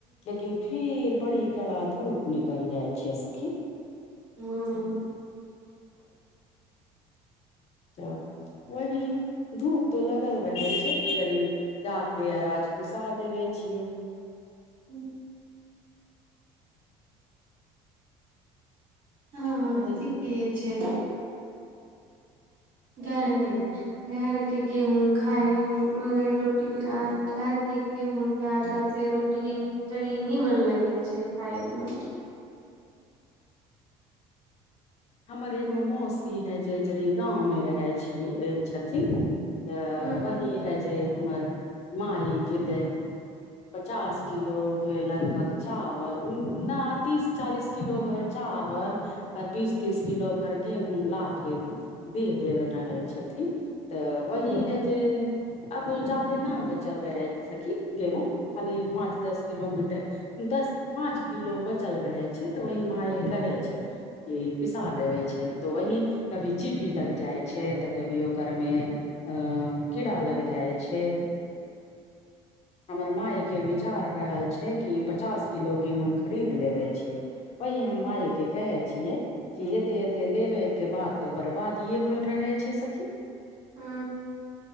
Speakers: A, on the left; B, on the right.
A: लेकिन फेर बड़ी कड़ा धूप निकलि जाइ छै सखी
B: हँ
A: तऽ वही धूप तो लगल रहे छै गरी जााक पिसा देबै छियै
B: हूँ हँ
A: हमरे
B: ठीके छै धरके
A: हमरे
B: घर के गेहूँ खााय <unintelligible> रोटी घर के गेहूँ के आटा से रोटी तनि निमन लगे छै खााय मे
A: हमर एगो मौसी है जे ज गाँव मे रहै छी छथिन तऽ
B: ह
A: वही है जे हमर माँ ई किलै पचास किलो के लगभग चावल न तीस चालीस किलो भर चावल आ बीस तीस किलो भर गेहू ला कऽ दे देल रहल छथिन तऽ वही
B: नहि
A: है जे अब जादे न बचल रहे है ज सखी गेहूँं खाली पाँच दस कििलोमीटर दस पाँच किलो बचल रहे छै तऽ वही माय कहे छै कि पिसा देबे छै नऽ तऽ वही कभी चिटी लग जाइ छै तऽ कभी ओकर मऽ कीड़ा लग जाय छै हमर माय के विचार रहल छै कि पचास किलो गेहूंम खरीद लेबे छियै वही हम मायएके कहे छिये कि एते एते लेबे के बाद तऽ बर्बाद ये होल रहे छै सखी
B: हू